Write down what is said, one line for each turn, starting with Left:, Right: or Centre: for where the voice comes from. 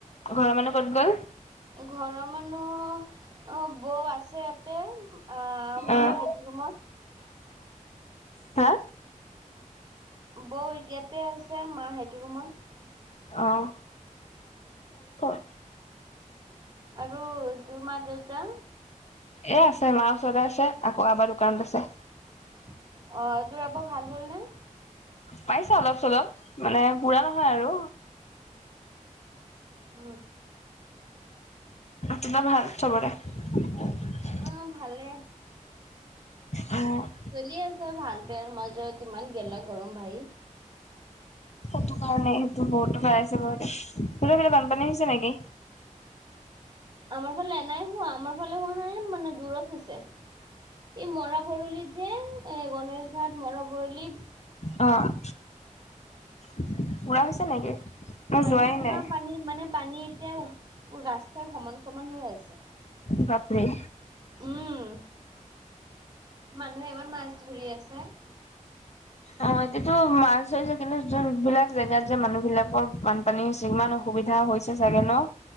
Left: ঘৰৰ মানুহ ক'ত গ'ল?
Right: ঘৰৰ মানুহ অ', বৌ আছে ইয়াতে। অ', মা
Left: অ',
Right: সেইটো ৰোমত।
Left: হা?
Right: বৌ ইয়াতে আছে, মা সেইটো ৰুমত।
Left: অ', <unintelligible>
Right: আৰু তোমাৰ দেউতা?
Left: এ' আছে মা ওচৰতে আছে, আকৌ আব্বা দোকানত আছে।
Right: অ' তোৰ আব্বা ভাল হল নে?
Left: পাইছা অলপ - চলপ মানে পুৰা নহয় আৰু।
Right: উম।
Left: তোমাৰ ভাল সবৰে? <inaudible>
Right: অ' ভালে।
Left: অ'।
Right: চলি আছে ভাল বেয়াৰ মাজত ইমান গেলা গৰম ভাই।
Left: সেইটো কাৰণে সেইটো বহুতৰ হয় আছে বাৰু দে, তহঁতৰ সেইফালে বানপানী হৈছে নেকি?
Right: আমাৰ ফালে নাই হোৱা, আমাৰ ফালে হোৱা নাই মানে দূৰত হৈছে। এই মৰা ভৰলিত যে, এ' গণেশ ঘাট মৰা ভৰলি।
Left: অ' পুৰা হৈছে নেকি? মই
Right: মানে
Left: যোৱাই
Right: পুৰা
Left: নাই
Right: পানী মানে পানী এতিয়া ৰাস্তাৰ সমান সমান হৈ আছে।
Left: বাপৰে।
Right: উম মানুহে ইমান মাছ ধৰি আছে।
Left: অ' এতিয়াতো মাছ হৈছে কিন্তু যোন বিলাক জেগাত যে মানুহ বিলাকৰ বান পানী হৈছে, ইমান অসুবিধা হৈছে চাগে ন'?